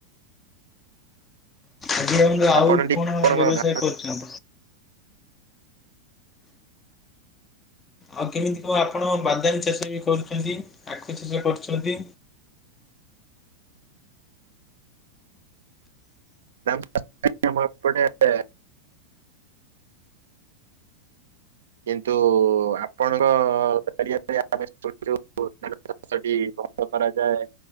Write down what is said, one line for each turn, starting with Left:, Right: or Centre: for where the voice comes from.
Left: ଆଜ୍ଞା ଆଜ୍ଞା
Right: ଆପଣ
Left: ଆଉ
Right: ଟିକେ
Left: କଣ ବ୍ୟବସାୟ
Right: ଆପଣଙ୍କ
Left: କରୁଛନ୍ତି? ଆଉ କେମିତି କଣ ଆପଣ ବାଦାମ ଚାଷ ବି କରୁଛନ୍ତି, ଆଖୁ ଚାଷ କରୁଛନ୍ତି?
Right: <inaudible> ଏପଟେ କିନ୍ତୁ ଆପଣଙ୍କ ଗା <inaudible> ଯଉ ଧାନ ଚାଷଟି ଭନ୍ଦ କରାଯାଏ